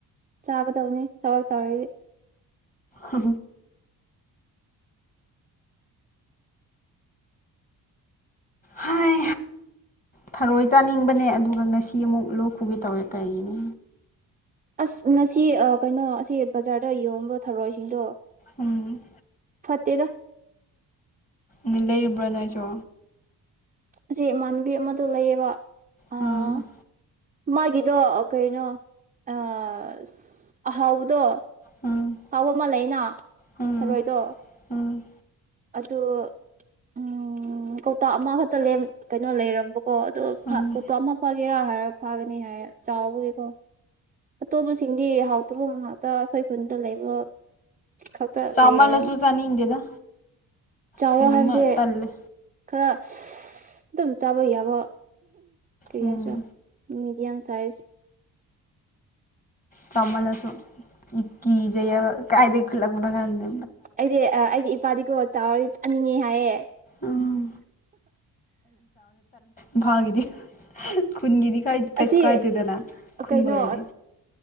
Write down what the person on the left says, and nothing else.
ꯑ ꯍꯥꯏ ꯊꯔꯣꯏ ꯆꯥꯅꯤꯡꯕꯅꯦ ꯑꯗꯨꯒ ꯉꯁꯤ ꯑꯃꯨꯛ ꯂꯣꯛꯄꯒꯦ ꯇꯧꯋꯦ ꯀꯩꯅꯦ
ꯎꯝ
ꯃꯤ ꯂꯩꯕ꯭ꯔꯅꯖꯣ
ꯎꯝ
ꯎꯝ
ꯎꯝ
ꯎꯝ
ꯎꯝ
ꯆꯥꯎꯝꯜꯂꯁꯨ
ꯆꯥꯅꯤꯡꯗꯦꯗ
ꯀꯩꯅꯣꯃꯥ
ꯇꯜꯂꯦ
ꯎꯝ
ꯆꯥꯎꯃꯜꯂꯥꯁꯨ ꯏꯀꯤ ꯖꯩꯌꯦꯕꯥ ꯀꯥꯏꯗꯩꯩ ꯈꯨꯜꯂꯛꯄꯅꯣ ꯑꯉꯥꯡꯗꯨ
ꯎꯝ ꯝꯐꯥꯒꯤꯗꯤ ꯈꯨꯟꯒꯤꯗꯤ ꯀꯩꯁꯨ
ꯀꯥꯏꯗꯦꯗꯅ ꯈꯨꯟꯕꯨ
ꯑꯣꯏꯔꯗꯤ